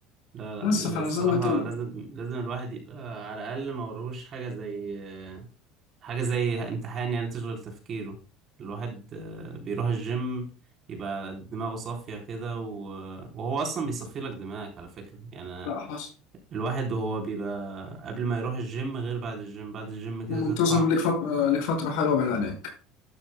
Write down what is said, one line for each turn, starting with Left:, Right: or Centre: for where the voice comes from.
Right: لا لا
Left: بس فانا
Right: الصراحة
Left: زي ما قلت لك
Right: لازم لازم الواحد يبقى على الأقل ما وراهوش حاجة زي حاجة زي امتحان يعني تشغل تفكيره الواحد آه، بيروح الجيم يبقى دماغه صافية كده و... وهو أصلا بيصفي لك دماغك على فكرة يعني
Left: لا حصل
Right: الواحد وهو بيبقى قبل ما يروح الجيم غير بعد الجيم بعد الجيم كده
Left: منتظم
Right: تطلع
Left: لك فتره لك فتره حلوه بين عليك